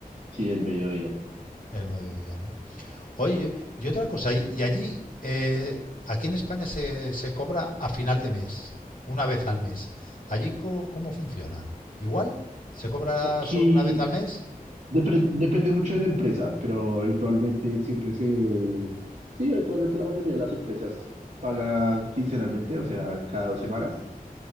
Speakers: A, on the right; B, on the left.
A: Sí, el mediodía.
B: El mediodía, ¿no? Oye, yo- y otra cosa, y, y allí, eh, aquí en España se, se cobra a final de mes, una vez al mes. ¿Allí co- cómo funciona? ¿Igual? ¿Se cobra
A: Aquí
B: solo una vez al mes?
A: depre- depende mucho de la empresa, pero habitualmente siempre se... Sí, habitualmente la mayoría de las empresas pagan quincenalmente, o sea, cada dos semanas.